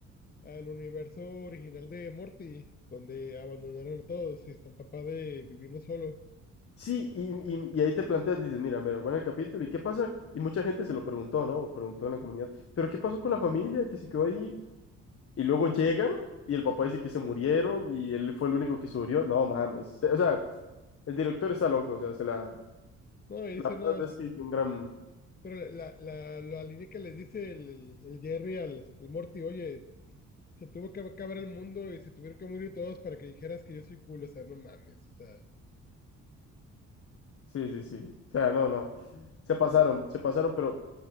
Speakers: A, on the left (about 30°); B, on the left (about 50°).
A: al universo original de Morty, donde abandonaron a todos y está el papá de vivirlo solo.
B: Sí, y, y- y ahí te planteas, dices, mira, mira, bueno, el capítulo, ¿y qué pasa? Y mucha gente se lo preguntó, ¿no? O preguntó en la comunidad, ¿pero qué pasó con la familia que se quedó ahí? Y luego llegan y el papá dice que se murieron y él fue el único que sobrevivió No mames. O sea, el director está loco, o sea, se la...
A: No, y dice,
B: La
A: no,
B: verdad
A: es-
B: es que hizo un gran...
A: pero la, la, la línea que les dice el, el- el Jerry al, al Morty, oye, se tuvo que acabar el mundo y se tuvieron que morir todos para que dijeras que yo soy cool, o sea, no mames, o sea,
B: Sí, sí, sí. O sea, no, no. Se pasaron, se pasaron, pero